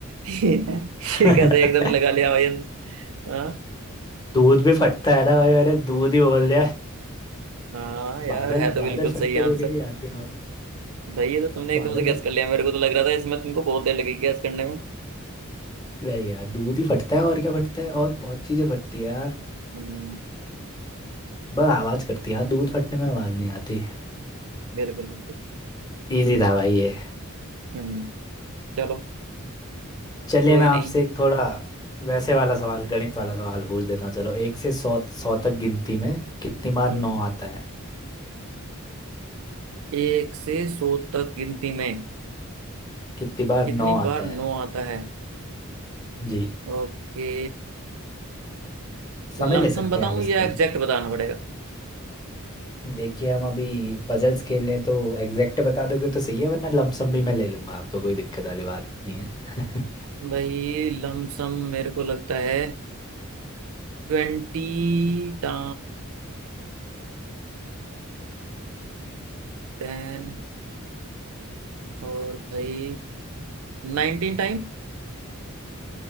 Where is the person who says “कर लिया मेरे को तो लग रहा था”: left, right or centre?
Right